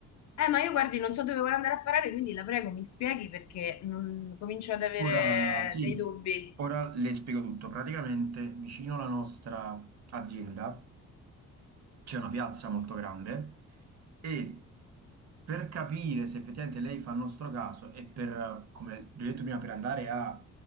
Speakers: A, on the left; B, on the right.
A: Eh, ma io guardi, non so dove vuole andare a parare, quindi la prego, mi spieghi perché non- comincio ad avere
B: Ora sì,
A: dei dubbi.
B: ora le spiego tutto. Praticamente vicino alla nostra azienda c'è una piazza molto grande e per capire se effettivamente lei fa il nostro caso e per, come vi ho detto prima, per andare a